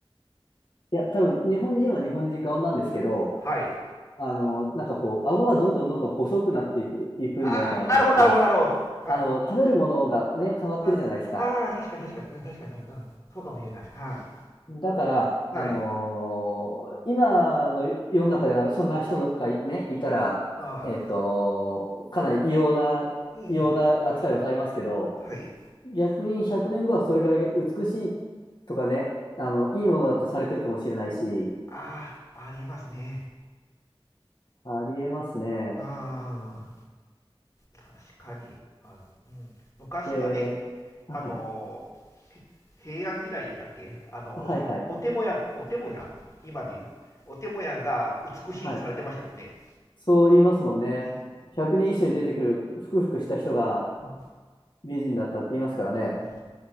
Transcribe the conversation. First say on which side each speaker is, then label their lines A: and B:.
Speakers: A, on the left (about 55°); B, on the left (about 35°).
A: いや、多分、日本人は日本人顔なんですけど、
B: はい。
A: あの、なんかこう、顎はどんどんどんどん細くなっていく、いくんじゃないかなと思ってます。
B: ああ、なるほど、なるほど、なるほど。
A: あの、
B: あ、
A: 食べるものがね、変わってるじゃないですか。
B: あああ確かに確かに、うん確かに確かに、うん、そうかもしれない。はい。
A: だから、
B: はい。
A: あのー今の世の中ではそんな人がいね、いたら、
B: は
A: えっと、かなり異様な、
B: い。うん。
A: 異様な扱いをされますけど、
B: はい。
A: 逆に100年後はそれが美しいとかね、あの、いいものだってされてるかもしれないし、
B: ああ、ありますね。
A: ありえますね。
B: ああ、確かに。あの、うん。昔はね、
A: で、あはい、
B: あのーへ平安時代でしたっけあの、
A: あはいはい、
B: お手もや、お手もやん今で言う。お手もやんが美しいとされてましたもんね。
A: はい。そう言いますもんね。
B: うん。
A: 100人一緒に出てくるふくふくした人が
B: うん。
A: 美人だったって言いますからね。
B: うん